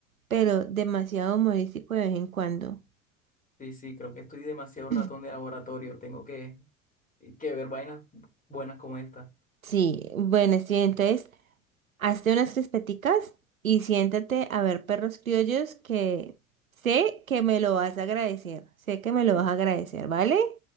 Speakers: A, on the right; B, on the left.
A: pero demasiado humorístico de vez en cuando.
B: Sí, sí, creo que estoy demasiado
A: <clears throat>
B: ratón de laboratorio. Tengo que, que ver vainas buenas como esta.
A: Sí, bueno, sí, entonces, hazte unas crispeticas y siéntate a ver Perros Criollos que sé que me lo vas a agradecer, sé que me lo
B: Sí,
A: vas a agradecer, ¿vale?